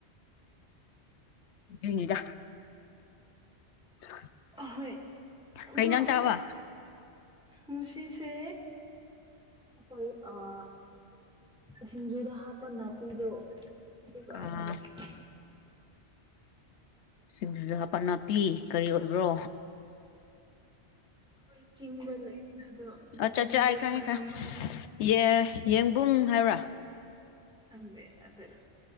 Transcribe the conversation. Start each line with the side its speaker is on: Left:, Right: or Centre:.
Left: ꯑꯗꯨꯏꯅꯤꯗ <unintelligible>
Centre: ꯑꯍꯣꯏ ꯑꯗꯨ
Left: ꯀꯩ ꯏꯟꯖꯥꯡ ꯆꯥꯕ
Centre: ꯃꯨꯁꯤꯁꯦ ꯑꯩꯈꯣꯏ ꯑꯥ ꯁꯤꯡꯖꯨꯗ ꯍꯥꯞꯄ ꯅꯥꯄꯤꯗꯣ <unintelligible>
Left: ꯑꯥ ꯁꯤꯡꯖꯨꯗ ꯍꯥꯄ ꯅꯥꯄꯤ ꯀꯔꯤ ꯑꯣꯏꯕ꯭ꯔꯣ
Centre: ꯑꯩꯈꯣꯏ ꯆꯤꯡꯗ ꯂꯩꯕꯅꯦ ꯑꯗꯣ ꯅꯪꯗꯤ
Left: ꯑꯠꯆꯥ ꯆꯥ ꯑꯩ ꯈꯪꯉꯦ
Centre: ꯈꯪꯂꯝꯝꯃꯣꯏ
Left: ꯈꯪꯉꯦ ꯌꯦ ꯌꯦꯡꯕꯨꯡ ꯍꯥꯏꯕ꯭ꯔꯥ
Centre: ꯈꯪꯗꯦ ꯑꯗꯨ